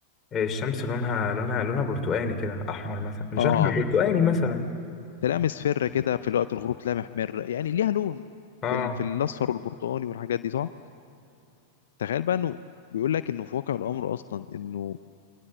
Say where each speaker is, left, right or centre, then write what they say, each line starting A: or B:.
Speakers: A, on the left (about 25°); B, on the left (about 70°).
A: الشمس لونها لونها لونها برتقاني كده احمر مثلا مش
B: آه
A: احمر مم. برتقاني مثلا
B: تلاقيها مصفرة كده في وقت الغروب تلاقيها محمرة يعني ليها لون
A: اه
B: في ال... في الأصفر والبرتقاني والحاجات دي صح؟ تخيل بقى إنه بيقول لك إنه في واقع الأمر أصلا إنه